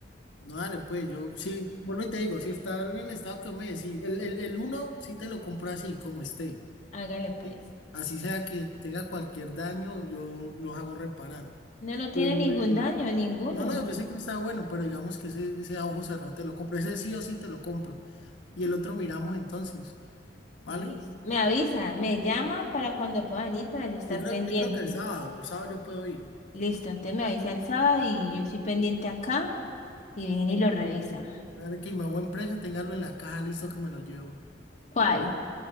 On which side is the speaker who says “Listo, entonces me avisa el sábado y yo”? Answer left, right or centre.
Left